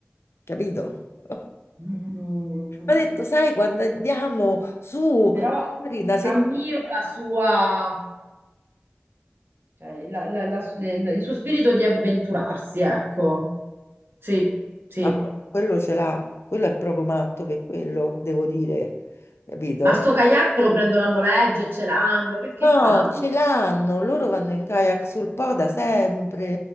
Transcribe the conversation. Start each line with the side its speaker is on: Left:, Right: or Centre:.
Left: capito? <laughs>
Right: Mm,
Left: Mi ha detto, sai, quando andiamo su,
Right: però
Left: magari una settimana,
Right: ammiro la sua, cioè, la- la- la- le- la- il suo spirito di avventurarsi, ecco. Sì, sì.
Left: Ah, quello ce l'ha, quello è proprio matto per quello, devo dire, capito?
Right: Ma sto kayak lo prendono a noleggio, ce l'hanno, che, che
Left: No,
Right: fanno?
Left: ce l'hanno, loro vanno in kayak sul Po da sempre.